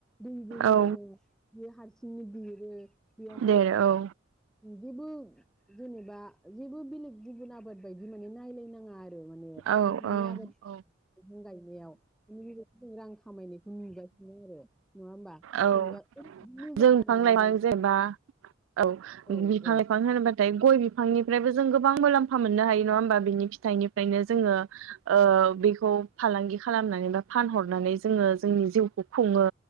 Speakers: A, in the centre; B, on the right.
A: दैबो होनाङा
B: औ
A: बियो हारसिंनो देरो बेयावहाय
B: देर औ
A: जेबो जेनेबा जेबो बेलेग गुबुन आबाद बायदि माने नायलाय <unintelligible> <unintelligible> माने
B: औ
A: नोंथांनि
B: औ
A: आबाद <unintelligible>
B: औ
A: <unintelligible> फां गायनायाव बि <unintelligible> जों रां खामायनायखौ नुगासिनो आरो नङा होमबा?
B: औ
A: जेनेबा
B: जों
A: मोजां
B: बिफां
A: आरो माने
B: लाइफां
A: दं
B: जेनेबा औ
A: औ
B: बिफां
A: औ
B: लाइफां होनोबाथाय गय बिफ बिफांनिफ्रायबो जों गोबां मुलाम्फा मोननो हायो। नङा होनबा बिनि फिथनिफ्रायनो जोङो ओ बेखौ फालांगि खालामनानै बा फानहरनानै जोङो जोंनि जिउखौ खुङो